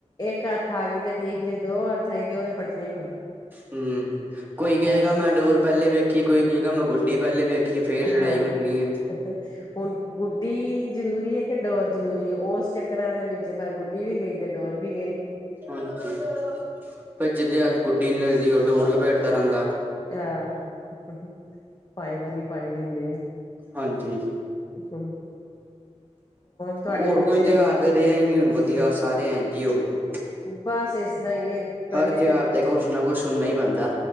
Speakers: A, on the left; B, on the right.
A: ਇੱਕ ਹੱਥ ਆ ਗਈ ਤੇ ਠੀਕ ਜੇ ਦੋ ਹੱਥ ਆਈ ਤੇ ਉਹ ਤੇ ਫੱਟਣੀ
B: ਹੂੰ ਕੋਈ ਕਹੇਗਾ
A: ਬਸ
B: ਮੈਂ ਡੋਰ ਪਹਿਲੇ ਵੇਖੀ ਕੋਈ ਕਹੇਗਾ ਮੈਂ ਗੁੱਡੀ ਪਹਿਲੇ ਵੇਖੀ ਫੇਰ ਲੜਾਈ
A: ਹਾਂ
B: ਕਰਨੀ ਏ।
A: <inaudible> ਹੁਣ ਗੁੱਡੀ ਜ਼ਰੂਰੀ ਏ ਕਿ ਡੋਰ ਜਰੂਰੀ‌ ਐ ਉਸ ਚੱਕਰਾਂ ਦੇ ਵਿੱਚ ਫੇਰ ਗੁੱਡੀ ਵੀ ਗਈ ਤੇ ਡੋਰ ਵੀ ਗਈ।
B: ਹਾਂਜੀ ਫਿਰ ਜਿਦੇ ਹੱਥ ਗੁੱਡੀ ਨੀ ਲੱਗਦੀ ਉਹ ਡੋਰ ਲਪੇਟ ਦਾ ਰਹਿੰਦਾ।
A: ਹਾਂ, ਪਾਈ ਵਾਲੀ ਪਾਈ ਦੀ ਹੁੰਦੀ‌ ਐ।
B: ਹਾਂਜੀ
A: <unintelligible> ਤੁਹਾਡੇ
B: ਹੋਰ
A: ਬੱਚੇ
B: ਕੋਈ ਤਿਉਹਾਰ ਤੇ ਰਿਹਾ ਹੀ ਨੀ ਹੁਣ ਵਧੀਆ ਸਾਰੇ ਐਝ ਹੀ ਹੋ ਗਏ ਨੇ।
A: ਬਸ ਏਸ ਤਰਾਂ ਏ ਪੈਲੇ
B: ਹਰ ਤਿਉਹਾਰ
A: ਤੇ,
B: ਕੁਛ ਨਾ ਕੁਛ ਸੁਣਨਾ ਹੀ ਪੈਂਦਾ